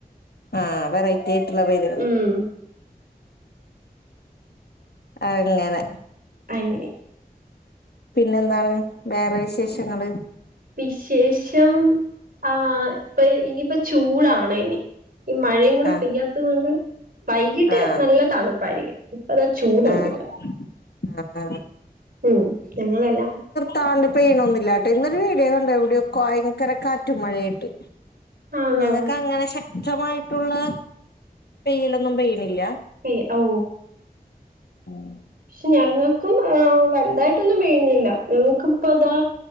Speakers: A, on the left; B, on the right.
A: ആഹ് വെറൈറ്റി ആയിട്ടുള്ള പേരുകൾ
B: ഉം
A: അങ്ങനെ
B: അങ്ങനെ
A: പിന്നെന്താണ് വേറെ വിശേഷങ്ങള്
B: വിശേഷം ആ ഇപ്പൊ ഇനിപ്പ ചൂടാണ് ഇനി ഈ മഴയും കൂടെ
A: ആ
B: പെയ്യാത്തത് കൊണ്ട് വൈകിട്ട്
A: ആ
B: നല്ല തണുപ്പായിരിക്കും അപ്പ അതാ ചൂടു
A: ആ ആ
B: ഉണ്ട് ഇവിടെ
A: ആ
B: ഉം ഞങ്ങളെല്ലാം
A: താണ്ട് പെയ്യണൊന്നുമില്ലാട്ടോ ഇന്നൊരു വീഡിയോ കണ്ട് എവിടെയോ ഭയങ്കര കാറ്റും മഴയായിട്ട്
B: ആണോ
A: ഞങ്ങക്ക് അങ്ങനെ ശക്തമായിട്ടുള്ള പെയ്യലൊന്നും പെയ്യണില്ല
B: പി ഓ
A: <inaudible>
B: പക്ഷെ ഞങ്ങൾക്കും വല്ലതായിട്ടൊന്നും പെയ്യുന്നില്ല ഞങ്ങൾക്കിപ്പതാ